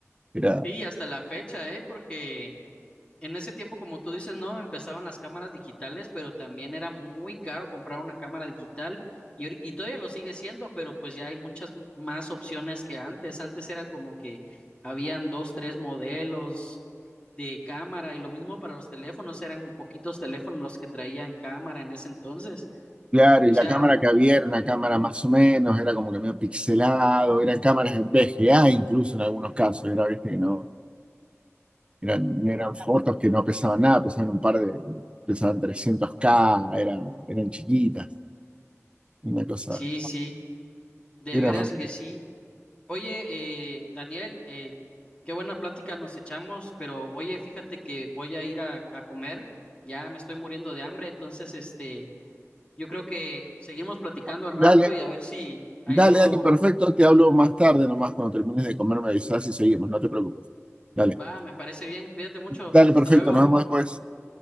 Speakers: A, on the right; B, on the left.
A: Era,
B: Sí, hasta la fecha, ¿eh? Porque En ese tiempo, como tú dices, no empezaban las cámaras digitales, pero también era muy caro comprar una cámara digital y, ahori- y todavía lo sigue siendo, pero pues ya hay muchas m- más opciones que antes. Antes era como que habían dos, tres modelos de cámara y lo mismo para los teléfonos, eran poquitos teléfonos los que traían cámara en ese entonces.
A: claro,
B: O
A: y la
B: sea,
A: cámara que había era una
B: ujú,
A: cámara más o menos, era como que medio pixelado, eran cámaras en VGA incluso en algunos casos, era, viste, que no, eran, eran fotos que no pesaban nada, pesaban un par de, pesaban trescientos k eran, eran chiquitas, una cosa,
B: sí, sí, de
A: era
B: veras
A: más...
B: que sí. Oye, eh, Daniel, eh, qué buena plática nos echamos, pero oye, fíjate que voy a ir a, a comer, ya me estoy muriendo de hambre, entonces, este, yo creo que seguimos platicando
A: Dale,
B: al rato y a ver si ahí
A: Dale,
B: luego
A: dale, perfecto. Te hablo más tarde nomás cuando termines de comer, me avisas y seguimos, no te preocupes. Dale,
B: va, me parece bien, cuídate mucho,
A: dale,
B: hasta
A: perfecto.
B: luego.
A: Nos vemos después.